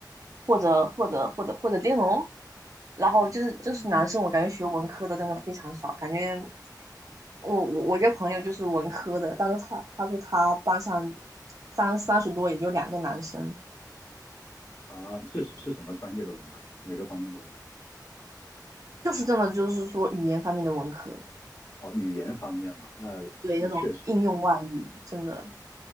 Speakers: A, on the right (about 50°); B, on the left (about 35°).
A: 或者或者或者或者金融，然后就是就是男生，
B: 嗯
A: 我感觉学文科的真的非常少，感觉我我我一个朋友就是文科的，但是他他说他班上三三十多也就两个男生，
B: 啊，是是是什么专业的文科？哪个方面的文科？
A: 就是真的就是说语言方面的文科，
B: 哦，语言方面嘛，那那确实。
A: 对那种应用外语真的，